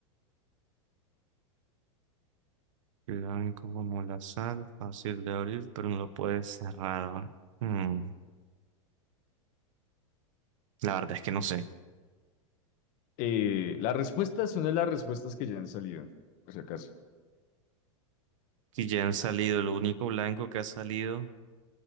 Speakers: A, on the right (about 70°); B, on the left (about 50°).
A: Blanco como la sal, fácil de abrir, pero no lo puedes cerrar. Mm, la verdad es que no sé.
B: Eh, la respuesta es una de las respuestas que ya han salido, por si acaso.
A: Si ya han salido, lo único blanco que ha salido